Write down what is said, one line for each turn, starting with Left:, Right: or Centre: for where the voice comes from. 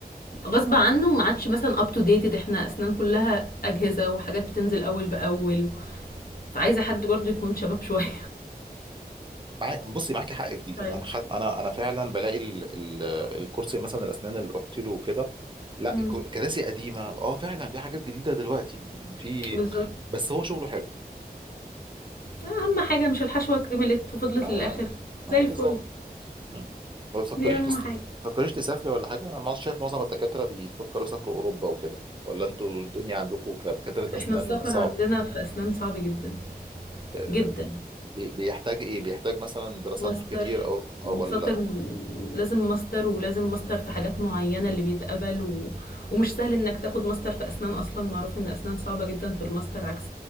Left: غصب عنه ما عادش مثلا اب تو ديتد احنا اسنان كلها اجهزه وحاجات بتنزل اول باول فعايزه حد برضه يكون شباب <laughs> شويه
Right: معاي بصي معاكي حق في دي
Left: طيب
Right: يعني انا حد انا انا فعلا بلاقي ال... ال... الكرسي مثلا الاسنان اللي رحت له وكده لا
Left: مم،
Right: كو- كراسي قديمه اه فعلا في حاجات جديده دلوقتي في
Left: بالظبط
Right: بس هو شغله حلو
Left: اهم حاجه مش الحشوه كملت وفضلت
Right: اه
Left: للاخر زي
Right: اه بالظبط
Left: الفل
Right: مم. ما تفكريش
Left: دي اهم
Right: تس...
Left: حاجه
Right: تفكريش تسافري ولا حاجة أنا ما شايف معظم الدكاترة بيفكروا يسافروا أوروبا وكده ولا أنتوا الدنيا عندكم كدكاترة
Left: احنا
Right: أسنان
Left: السفر
Right: صعب
Left: عندنا في اسنان صعب جدا
Right: آه،
Left: جدا
Right: بي- بيحتاج إيه بيحتاج مثلا دراسات
Left: ماستر
Right: كتير أو,
Left: ومساطر
Right: أو ولا
Left: م... لازم ماستر ولازم ماستر في حاجات معينة اللي بيتقبل و... ومش سهل انك تاخد ماستر في اسنان اصلا معروف ان اسنان صعبة جدا في الماستر عكس